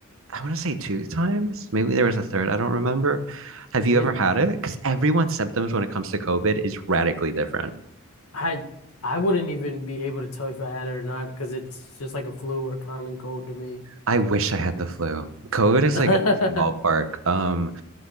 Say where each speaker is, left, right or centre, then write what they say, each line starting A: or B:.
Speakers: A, on the right (about 65°); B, on the left (about 75°).
A: I want to say two times. Maybe there was a third. I don't remember. Have you
B: yeah.
A: ever had it? Because everyone's symptoms when it comes to COVID is radically different.
B: I I wouldn't even be able to tell if I had it or not because it's just like a flu or common cold to me.
A: I wish I had the flu. COVID
B: <laughs>
A: is like a different ballpark. Um,